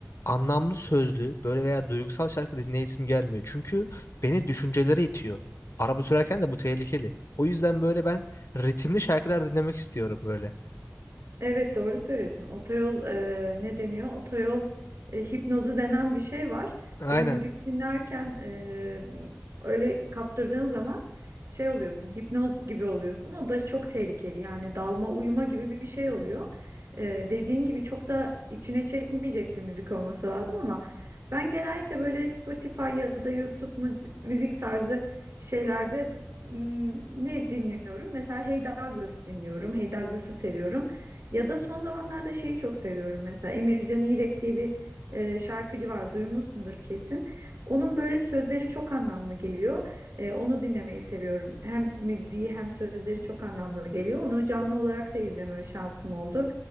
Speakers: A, on the left; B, on the right.
A: anlamlı sözlü böyle veya duygusal şarkı dinleyesim gelmiyor. Çünkü beni düşüncelere itiyor. Araba sürerken de bu tehlikeli. O yüzden böyle ben ritimli şarkılar dinlemek istiyorum böyle.
B: Evet doğru söylüyorsun. Otoyol e, ne deniyor? Otoyol e, hipnozu denen bir şey var.
A: Aynen.
B: Böyle müzik dinlerken e, öyle kaptırdığın zaman şey oluyorsun, hipnoz gibi oluyorsun. O da çok tehlikeli. Yani dalma uyuma gibi bir bir şey oluyor. E, dediğin gibi çok da içine çekmeyecek bir müzik olması lazım ama ben genellikle böyle Spotify ya da YouTube müzi- müzik tarzı şeylerde mm, ne dinliyorum? Mesela Hey Douglas dinliyorum. Hey Douglas'ı seviyorum. Ya da son zamanlarda şeyi çok seviyorum mesela Emircan İrek diye bir e, şarkıcı var duymuşsundur kesin. Onun böyle sözleri çok anlamlı geliyor. E, onu dinlemeyi seviyorum. Hem müziği hem sözleri çok anlamlı geliyor. Onu canlı olarak da izleme şansım oldu.